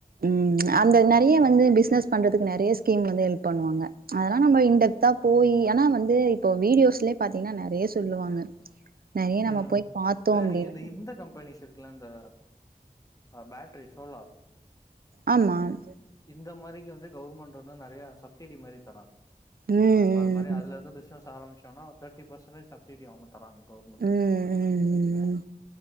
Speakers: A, on the right; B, on the left.
A: ம் அந்த நறைய வந்து பிசினஸ் பண்றதுக்கு நறைய ஸ்கீம் வந்து ஹெல்ப் பண்ணுவாங்க அதெல்லா நம்ப இண்டப்தா போயி ஆனா வந்து இப்போ வீடியோஸ்லே பாத்தீங்கனா நறைய சொல்லுவாங்க நெறைய நம்ம
B: ம்
A: போய் பாத்தோ
B: இல்ல
A: அப்டின்னா
B: நீங்க இந்த இந்த கம்பனிஸ் இதுக்குலா இந்த அ பேட்ரி சோலார்
A: ஆமாம்
B: இந்த மாரிக்கி வந்து கவுர்மெண்ட்டு வந்து நறையா சப்சிடி மாரி தராங்க
A: ம் ம்
B: நம்ப அதுமாரி அதுலருந்து பிஸ்னஸ் ஆரம்பிச்சோனா தேர்டிபசன்டேஜ் சப்சிடி அவுங்க தறாங்க கவர்மெண்ட்ல
A: ம் ம் ம்